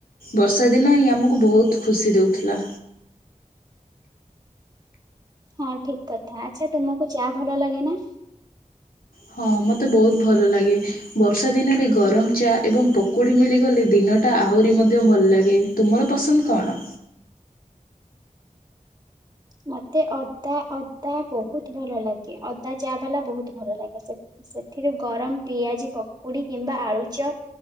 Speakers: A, on the left; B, on the right.
A: ବର୍ଷା ଦିନ ହିଁ ଆମକୁ ବହୁତ ଖୁସି ଦେଉଥିଲା।
B: ହଁ ଠିକ କଥା, ଆଚ୍ଛା ତୁମକୁ ଚା ଭଲ ଲାଗେ ନା?
A: ହଁ ମତେ ବହୁତ ଭଲ ଲାଗେ। ବର୍ଷା ଦିନରେ ଗରମ ଚା ଏବଂ ପକୁଡ଼ି ମିଳିଗଲେ ଦିନଟା ଆହୁରି ମଧ୍ୟ ଭଲ ଲାଗେ। ତୁମର ପସନ୍ଦ କଣ?
B: ମତେ ଅଦା ଅଦା ବହୁତ ଭଲ ଲାଗେ ଅଦା ଚା ବାଲା ବହୁତ ଭଲ ଲାଗେ, ସେ ସେଥିରୁ ଗରମ ପିଆଜି, ପକୁଡ଼ି କିମ୍ବା ଆଳୁଚ